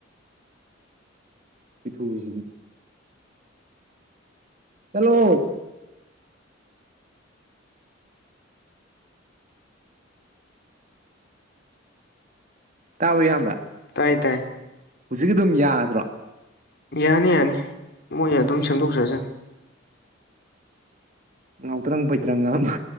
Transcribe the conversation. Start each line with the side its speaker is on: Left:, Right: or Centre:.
Right: ꯍꯨꯢꯊꯨꯁꯤꯗꯤ ꯆꯠꯂꯣ ꯇꯥꯕꯔꯣ ꯏꯌꯥꯝꯕ
Left: ꯇꯥꯏ ꯇꯥꯏ
Right: ꯍꯧꯖꯤꯛ ꯑꯗꯨꯝ ꯌꯥꯗ꯭ꯔꯣ
Left: ꯌꯥꯅꯤ ꯌꯥꯅꯤ ꯃꯣꯏ ꯑꯗꯨꯝ ꯁꯦꯝꯗꯣꯛꯆ ꯁꯅꯤ
Right: ꯉꯥꯎꯇꯔꯪ ꯐꯩꯇꯔꯪ ꯑꯃ